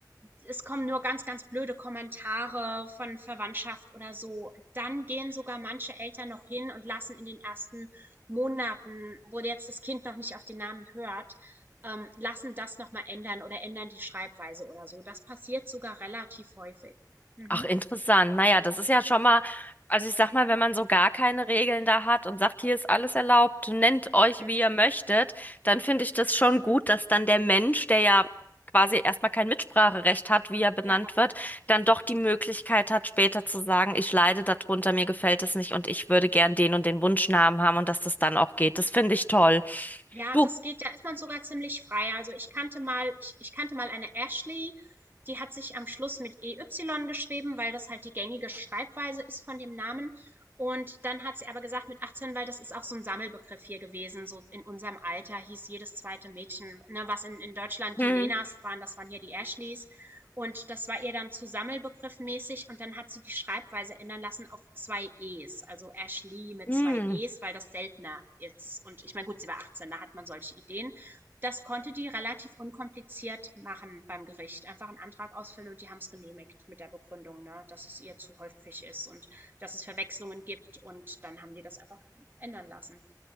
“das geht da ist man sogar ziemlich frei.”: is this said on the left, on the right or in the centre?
Right